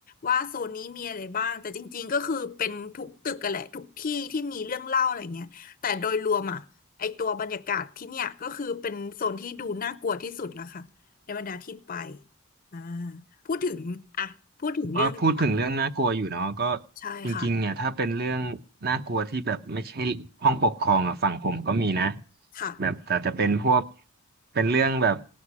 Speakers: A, on the left; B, on the right.
A: ว่าโซนนี้มีอะไรบ้างแต่จริงๆก็คือเป็นทุกตึกกันแหละทุกที่ที่มีเรื่องเล่าอะไรเงี้ยแต่โดยรวมอ่ะไอตัวบรรยากาศที่เนี่ยก็คือเป็นโซนที่ดูน่ากลัวที่สุดละค่ะในบรรดาที่ไปอ่าพูดถึงอ่ะพูดถึงเรื่องค่ะ
B: ก็พูดถึงเรื่องน่ากลัวอยู่เนาะก็
A: ใช่ค่ะ
B: จริงๆเนี่ยถ้าเป็นเรื่องน่ากลัวที่แบบไม่ใช่ห้องปกครองอ่ะฝั่งผมก็มีนะ
A: ค่ะ
B: แบบแต่จะเป็นพวกเป็นเรื่องแบบ